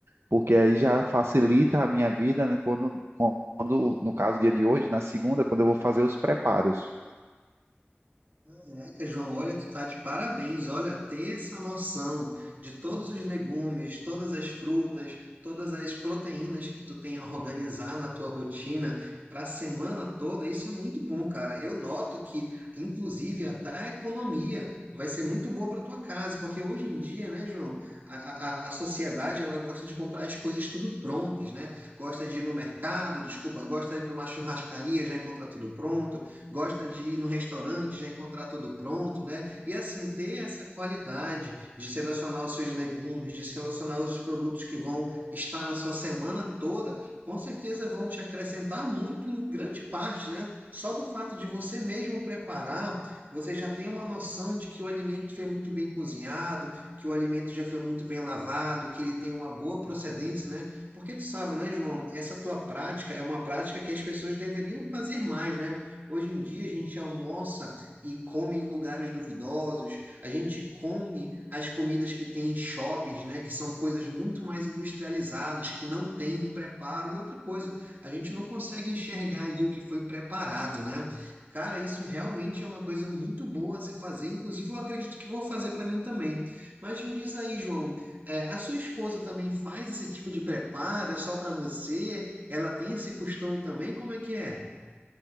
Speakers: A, on the right; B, on the right.
A: porque aí já facilita a minha vida né, quando, quando, no caso, dia de hoje, na segunda, quando eu vou fazer os preparos.
B: Caraca, João, olha, tu tá de parabéns. Olha, ter essa noção de todos os legumes, todas as frutas, todas as proteínas que tu tem a organizar na tua rotina para a semana toda, isso é muito bom, cara. Eu noto que, inclusive, até a economia vai ser muito boa para tua casa, porque hoje em dia, né, João, a, a, a sociedade ela gosta de comprar as coisas tudo prontas, né? Gosta de ir no mercado, desculpa, gosta de ir numa churrascaria já encontrar tudo pronto gosta de ir no restaurante, já encontrar tudo pronto, né? E assim, ter essa qualidade de selecionar os seus legumes, de selecionar os produtos que vão estar na sua semana toda, com certeza vão te acrescentar muito em grande parte, né? Só do fato de você mesmo preparar, você já tem uma noção de que o alimento foi muito bem cozinhado, que o alimento já foi muito bem lavado, que ele tem uma boa procedência, né? Porque tu sabe, né, João? Essa tua prática é uma prática que as pessoas deveriam fazer mais, né? Hoje em dia a gente almoça e come em lugares duvidosos, a gente come as comidas que tem em shoppings, né, que são coisas muito mais industrializadas, que não têm um preparo. E outra coisa, a gente não consegue enxergar ali o que foi preparado, né? Cara, isso realmente é uma coisa muito boa a se fazer, inclusive eu acredito que vou fazer para mim também. Mas me diz aí, João, é, a sua esposa também faz esse tipo de preparo? É só para você? Ela tem esse costume também? Como é que é?